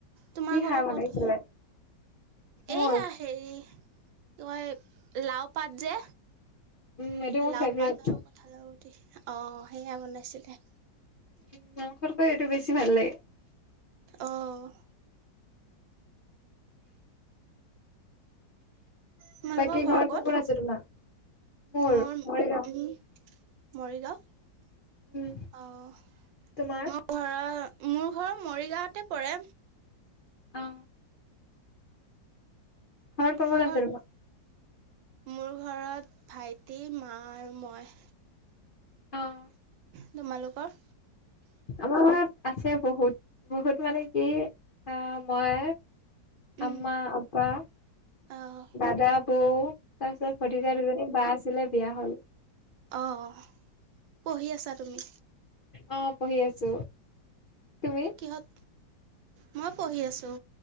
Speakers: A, on the right; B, on the left.
A: তোমাৰ
B: কি
A: ঘৰ
B: খাৰ বনাইছিলে?
A: ক'ত হয়? এয়া
B: মোৰ?
A: হেৰি মই লাও পাত যে
B: উম, এইটো মোৰ
A: লাও
B: ফেভৰেট।
A: পাত আৰু কথালৰ গুতি অ' সেয়া বনাই চিলে।
B: উ, <unintelligible> বেছি ভাল লাগে।
A: অ'। তোমালোকৰ
B: বাকী
A: ঘৰকত?
B: ঘৰত কোন কোন আছে তোমাৰ? মোৰ?
A: মোৰ
B: মৰিগাঁও।
A: মৰিগাঁও
B: উম,
A: অ'
B: তোমাৰ?
A: মোৰ ঘৰৰ মোৰ ঘৰ মৰিগাঁৱতে পৰে।
B: অ'। ঘৰত কোন
A: তোমাৰ
B: কোন
A: ঘৰত
B: আছে
A: কি? মোৰ ঘৰত ভাইটি, মা আৰু মই।
B: অ',
A: তোমালোকৰ?
B: আমাৰ ঘৰত আছে বহুত বহুত মানে কি অ' মই
A: উম
B: আমমা, আববা,
A: অহ
B: দাদা বও। তাৰপিছত ভতিজা দুজনী বা আছিলে বিয়া হল।
A: অ' পঢ়ি আছা তুমি।
B: অ' পঢ়ি আছো। তুমি
A: কিহত মই পঢ়ি আছোঁ